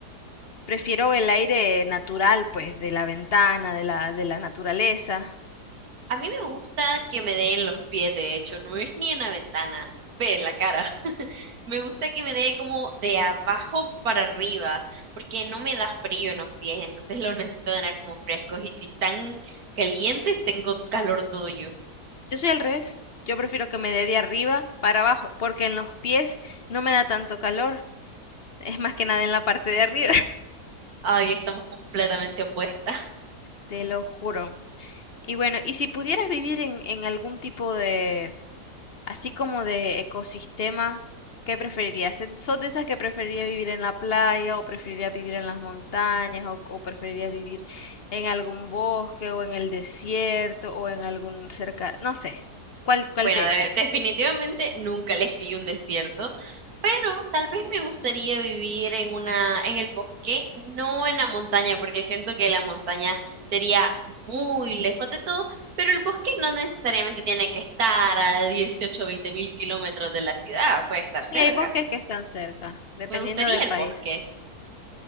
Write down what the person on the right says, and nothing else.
A mí me gusta que me den los pies, de hecho, no es ni en la ventana, ve en la cara. <laughs> Me gusta que me dé como de abajo para arriba, porque no me da frío en los pies, entonces los necesito tener como frescos y si están calientes, tengo calor todo yo.
Ay, estamos completamente opuestas. <laughs>
Bueno,
de-
definitivamente nunca <laughs> elegiría un desierto, pero tal vez me gustaría vivir en una, en el bosque, no en la montaña, porque siento que la montaña sería muy lejos de todo, pero el bosque no necesariamente tiene que estar a 18, o 20 mil kilómetros de la ciudad, puede estar cerca.
Me gustaría
el
bosque.